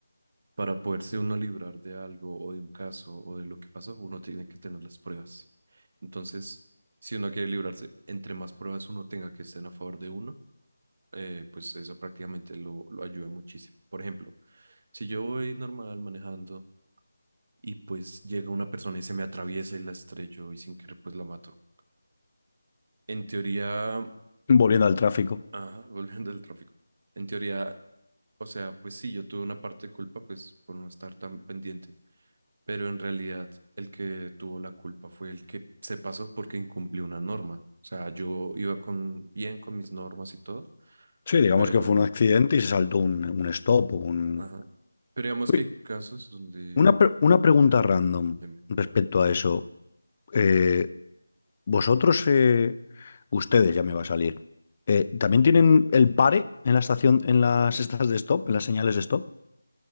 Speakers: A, on the right; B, on the left.
A: para poderse uno librar de algo o de un caso o de lo que pasó, uno tiene que tener las pruebas. Entonces, si uno quiere librarse, entre más pruebas uno tenga que estén a favor de uno, eh, pues eso prácticamente lo, lo ayuda muchísimo. Por ejemplo, si yo voy normal manejando y pues llega una persona y se me atraviesa y la estrello y sin querer pues la mato. En teoría,
B: Volviendo al tráfico.
A: ajá, <laughs> volviendo al tráfico. En teoría, O sea, pues sí, yo tuve una parte de culpa, pues por no estar tan pendiente, pero en realidad el que tuvo la culpa fue el que se pasó porque incumplió una norma. O sea, yo iba con bien con mis normas y todo,
B: Sí, digamos
A: pero,
B: que fue un accidente y se saltó un, un stop o un...
A: ajá. Pero digamos
B: Uy,
A: que hay casos donde,
B: Una, pre- una pregunta random
A: em,
B: respecto a eso. Eh, vosotros, eh, ustedes ya me va a salir. eh, ¿también tienen el pare en la estación, en las estas de stop, en las señales de stop?